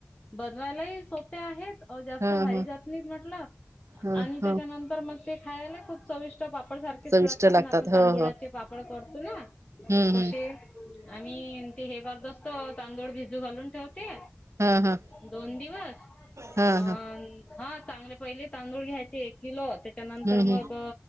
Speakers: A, on the left; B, on the right.
A: बनवायलाही सोप्या आहेत जास्त
B: हा
A: भारी
B: हा
A: जात नाहीत म्हटलं.
B: हा
A: आणि
B: हा
A: त्याच्यानंतर मग ते खायला खूप चविष्ट पापड सारखेच
B: चविष्ट
A: लागतात ना आपण तांदुळाचे
B: हो हो
A: पापड करतो ना,
B: हम्म
A: तसे
B: हम्म
A: आम्ही ते हे करतो असतो तांदूळ भिजडू घालून ठेवते.
B: हा हा
A: दोन दिवस
B: हा
A: अ
B: हा
A: हा चांगले पहिले तांदूळ घ्यायचे एक किलो त्याच्यानंतर
B: हम्म
A: मग
B: हम्म